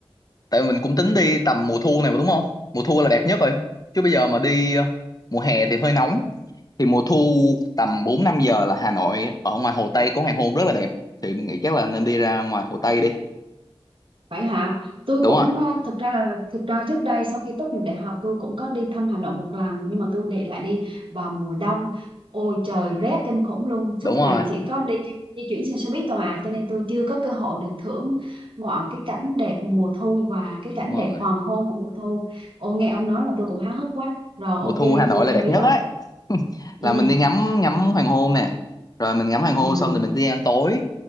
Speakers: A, on the left; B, on the right.
A: Tại mình cũng tính đi tầm mùa thu này mà đúng không? Mùa thu là đẹp nhất rồi. Chứ bây giờ mà đi ờ, mùa hè thì hơi nóng. Thì mùa thu tầm 4 5 giờ là Hà Nội ở ngoài Hồ Tây có hoàng hôn rất là đẹp. Thì mình nghĩ chắc là nên đi ra ngoài Hồ Tây đi.
B: Vậy hả? Tôi
A: Đúng
B: cũng
A: rồi
B: à, thực ra là thực ra trước đây sau khi tốt nghiệp đại học tôi cũng có đi thăm Hà Nội một lần nhưng mà tôi để lại đi vào mùa đông. Ôi trời rét kinh khủng luôn,
A: đúng
B: suốt
A: rồi
B: ngày chỉ có đi trên- di chuyển trên xe buýt thôi à cho nên tôi chưa có cơ hội được thưởng ngoạn cái cảnh đẹp mùa thu và cái cảnh
A: đúng rồi
B: đẹp hoàng hôn của mùa thu. Ô nghe ông nói mà tôi cũng háo hức quá. Rồi ok
A: mùa thu Hà Nội
B: tôi
A: là
B: theo
A: đẹp
B: ý
A: nhất
B: ông.
A: ấy <laughs>
B: Ừ
A: là mình đi ngắm ngắm hoàng hôn nè rồi mình ngắm hoàng
B: ừ
A: hôn xong thì mình đi ăn tối